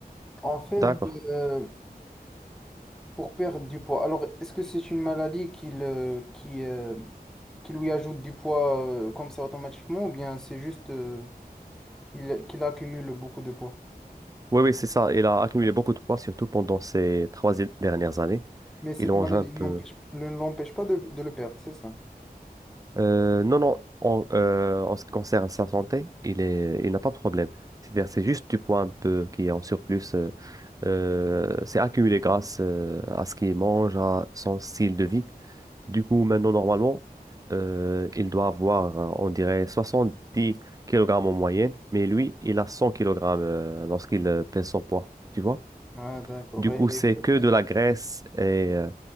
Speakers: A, in the centre; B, on the right.
A: En fait,
B: D'accord.
A: Mhm. euh, pour perdre du poids, alors est-ce que c'est une maladie qui, le- qui, euh, qui lui ajoute du poids euh, comme ça automatiquement, ou bien c'est juste euh, qu'il qu'il accumule beaucoup de poids?
B: Oui, oui, c'est ça. Il a accumulé beaucoup de poids, surtout pendant ces trois dernières années.
A: Mais cette
B: Il mange
A: maladie
B: un peu.
A: n'empêche- ne l'empêche pas de de le perdre, c'est ça?
B: Euh, non, non, en, euh, en ce qui concerne sa santé, il est, il n'a pas de problème. C'est-à-dire, c'est juste du poids un peu qui est en surplus. euh, euh, c'est accumulé grâce euh, à ce qu'il mange, à son style de vie. Du coup, maintenant, normalement, euh, il doit avoir, euh, on dirait, 70 kilogrammes en moyenne, mais lui, il a 100 kg lorsqu'il euh, pèse son poids. Tu vois?
A: Ah, d'accord.
B: Du
A: Et
B: coup, c'est
A: combien-
B: que de la graisse et euh,